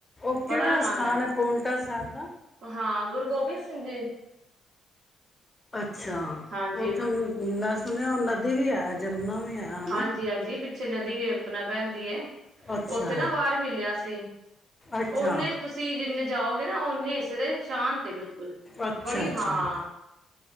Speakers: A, on the left; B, on the right.
A: ਉਹ
B: ਬੜਾ
A: ਕਿਹੜਾ
B: ਆਨੰਦ
A: ਸਥਾਨ
B: ਆ।
A: ਹੈ ਪੋਂਟਾ ਸਾਹਿਬ ਦਾ
B: ਹਾਂ, ਗੁਰੂ ਗੋਬਿੰਦ ਸਿੰਘ ਜੀ।
A: ਅੱਛਾ,
B: ਹਾਂਜੀ
A: ਉੱਥੇ ਮੈਂ ਸੁਣਿਆ ਨਦੀ ਵੀ ਹੈ ਜਮੁਨਾ ਵੀ ਹੈ ਹਨਾ
B: ਹਾਂਜੀ ਹਾਂਜੀ, ਪਿੱਛੇ ਨਦੀ ਹੈਣਾ ਪੈਦੀ ਹੈ
A: ਅੱਛਾ
B: ਉੱਥੇ ਨਾ ਵਾਹਾਰ ਮਿਲਿਆ ਸੀ।
A: ਅੱਛਾ
B: ਓਨੇ ਤੁਸੀਂ ਜਿੰਨੇ ਜਾਓਗੇ ਨਾ, ਓਨੇ ਹਿੱਸੇ ਦੇ ਸ਼ਾਂਤ ਏ ਬਿਲਕੁਲ।
A: ਅੱਛਾ-ਅੱਛਾ!
B: ਬੜੀ ਹਾਂ